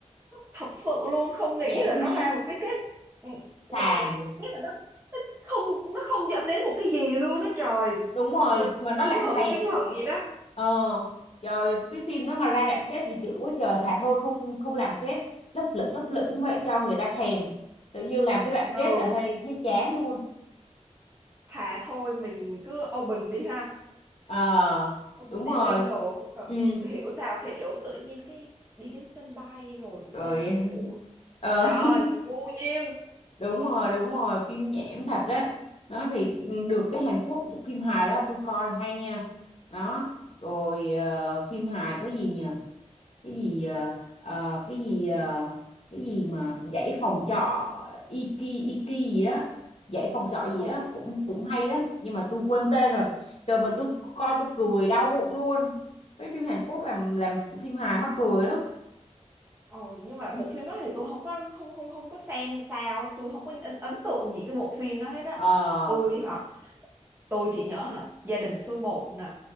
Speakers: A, on the right; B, on the left.
A: thật sự luôn không nghĩ
B: nhảm
A: là nó
B: nhí
A: ra một cái kết ừ, nó
B: xàm
A: nghĩa là nó, nó không nó không dẫn đến một cái gì luôn đó trời
B: đúng rồi
A: nó
B: mà nó
A: chưng
B: lãng
A: hửng
B: xẹt
A: chưng hửng gì đó
B: ờ trời cái phim đó mà ra đoạn kết bị chửi quá trời thà thôi không không làm kết lấp lửng lấp lửng vậy cho người ta thèm tự nhiên làm cái đoạn kết
A: ừ
B: là thấy thấy chán luôn
A: thà thôi mình cứ open đi ha
B: ờ
A: open
B: đúng
A: ending
B: rồi
A: đồ cũng
B: ừ
A: được hiểu sao hiểu tự nhiên cái đi đến sân bay rồi bị
B: rồi
A: tai nạn
B: <laughs>
A: ủa trời
B: ờ
A: vô duyên
B: <laughs> đúng rồi đúng rồi phim nhảm thật á nó thì ừ, được cái Hàn Quốc bộ phim hài đó tôi coi hay nha đó rồi ờ, phim hài có gì nhỉ cái gì ờ, ờ, cái gì ờ, cái gì mà dãy phòng trọ Iki Iki gì đó dãy phòng trọ gì
A: ồ
B: đó cũng cũng hay lắm nhưng mà tôi quên tên rồi trời mà tôi coi tôi cười đau bụng luôn mấy phim Hàn Quốc làm làm phim hài mắc cười lắm
A: Ồ, nhưng mà bộ phim đó thì tôi không có không không không có xem hay sao tôi không có ấn, ấn tượng gì cái bộ phim đó hết á
B: ờ <laughs>
A: tôi hả tôi chỉ nhớ nè gia đình số một nè